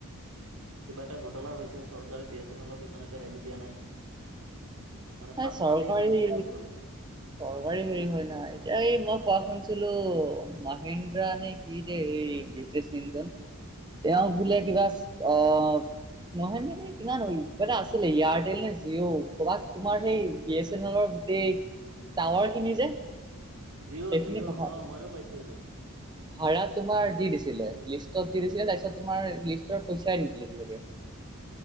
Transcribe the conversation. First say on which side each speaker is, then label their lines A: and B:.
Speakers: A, on the right; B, on the right.
A: কিবা এটা ঘটলা হৈছে, চৰকাৰে বি এ চেনেলক ইমান এটা হেৰি দিয়া নাই। মানে
B: এ
A: পাত্তা
B: চৰকাৰী
A: দিয়া নাই ক'বলৈ গ'লে।
B: চৰকাৰী হেৰি হয় না, এতিয়া এই মই কোৱা শুনছিলো মাহেন্দ্ৰা নে ই যে এই বিজেচ মিনজন, তেওঁক বোলে
A: উম
B: কিবা অ' নহয় মানে কিমান, ইবাটা আছিলে ইয়াৰটেল নে জিঅ' ক'বাত তোমাৰ হেই বি এ চেনেলৰ গোটেই টাৱাৰখিনি যে।
A: জিঅ'
B: এখিনি
A: জিঅ'
B: <unintelligible> অ'।
A: মইয়ো পাইছো এইটো
B: ভাড়া তোমাৰ দি দিছিলে। লিষ্টত দি দিছিলে তাইছত তোমাৰ লিষ্টৰ পইচাই নিদিলে <unintelligible>